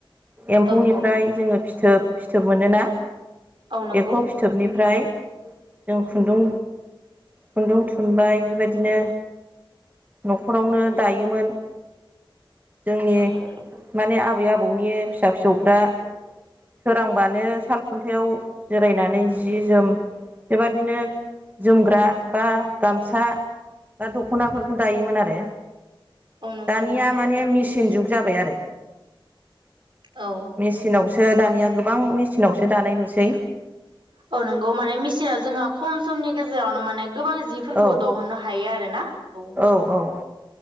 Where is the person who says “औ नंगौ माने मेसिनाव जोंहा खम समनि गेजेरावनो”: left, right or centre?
Right